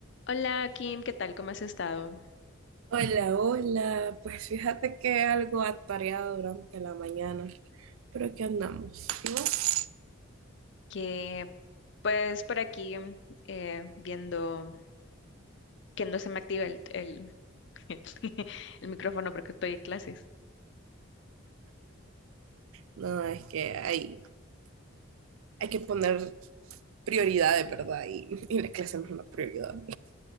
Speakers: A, on the left; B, on the right.
A: Hola Kim, ¿qué tal? ¿Cómo has estado?
B: Hola, hola. Pues fíjate que algo atareado durante la mañana, pero aquí andamos. ¿Y vos?
A: Que pues por aquí eh, viendo que no se me activa el, el, <laughs> el micrófono porque estoy en clases.
B: No, es que hay, hay que poner prioridades, ¿verdad? Y, y la clase no es una prioridad.